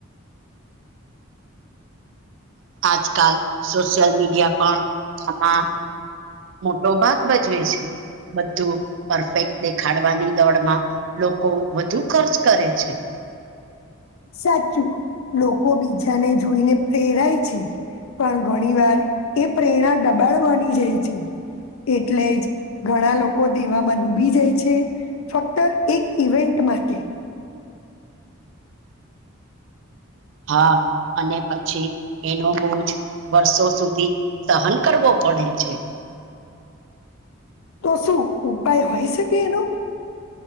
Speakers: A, on the right; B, on the left.
A: આજકાલ સોશિયલ મીડિયા પણ આમાં મોટો ભાગ ભજવે છે. બધું પરફેક્ટ દેખાડવાની દોડમાં લોકો વધુ ખર્ચ કરે છે.
B: સાચું લોકો બીજાને જોઈને પ્રેરાય છે. પણ ઘણી વાર એ પ્રેરણા દબાણ માની જાય છે. એટલે જ ઘણા લોકો દેવામાં ડૂબી જાય છે. ફક્ત એક ઈવેન્ટ માસ્તી
A: હા અને પછી એનો બોજ વર્ષો સુધી સહન કરવો પડે છે.
B: તો શું ઉપાય હોય શકે એનો